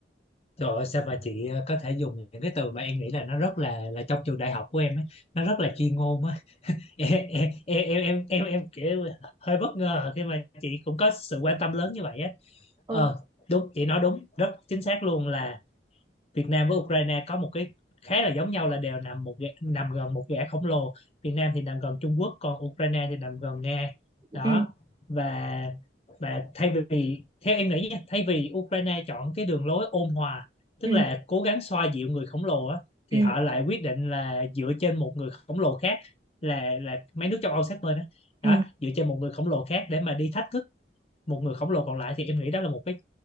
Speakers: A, on the left; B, on the right.
A: trời ơi sao mà chị ờ, có thể dùng những cái từ mà em nghĩ là nó rất là là trong trường đại học của em ấy, nó rất là chuyên môn á. <laughs> em em em em, em, em kiểu hơi bất ngờ khi mà chị cũng có sự quan tâm lớn như vậy á.
B: Ừ.
A: Ờ, đúng, chị nói đúng, rất chính xác luôn là Việt Nam với Ukraine có một cái khá là giống nhau là đều nằm một gã- nằm gần một gã khổng lồ Việt Nam thì nằm gần Trung Quốc còn Ukraine thì nằm gần Nga đó
B: ừ
A: và và thay vì theo em nghĩ nha, thay vì Ukraine chọn cái đường lối ôn hòa tức
B: ừ
A: là cố gắng xoa dịu người khổng lồ á,
B: ừ
A: thì họ lại quyết định là dựa trên một người khổng lồ khác là là mấy nước châu Âu sát bên đó, đó
B: ừ
A: dựa trên một người khổng lồ khác để mà đi thách thức một người khổng lồ còn lại thì em nghĩ đó là một cái